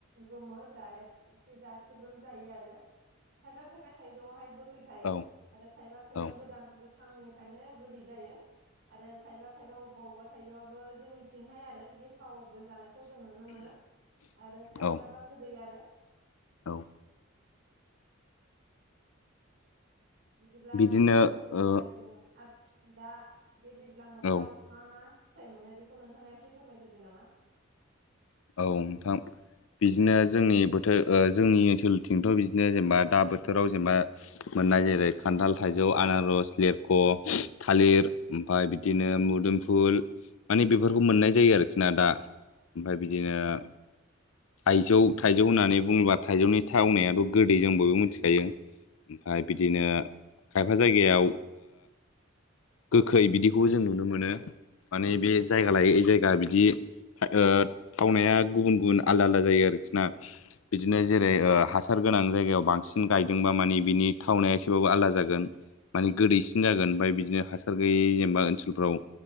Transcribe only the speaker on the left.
औ
औ
औ
औ
बिदिनो
ओ
औ
औ नोंथां बिदिनो जोंनि बोथोर जोंनि ओनसोलथिंथ' बिदिनो जेनेबा दा बोथोराव जेनेबा मोननाय जेरै खान्थाल थाइजौ आनारस लिरख' थालिर ओमफ्राय बिदिनो मोदोम फु फुल माने बेफोरखौ मोननाय जायो आरोखि ना दा ओमफ्राय बिदिनो थाइजौ थाइजौ होननानै बुङोब्ला थाइजौनि थावनायाथ' गोदै जों बयबो मिथिखायो ओमफ्राय बिदिनो खायफा जायगायाव गोखै बिदिखौबो जों नुनो मोनो। माने बे जायगा लायै जायगा बिदि ओ थावनाया गुबुन गुबुन आलदा आलदा जायो आरोखिना बिदिनो जेरै ओ हासार गोनां जायगायाव बांसिन गायदोंबा मानि बिनि थावनाया एसेबाबो आलादा जागोन माने गोदैसिन जागोन ओमफ्राय बिदिनो हासार गैयै जेनेबा ओनसोलफ्राव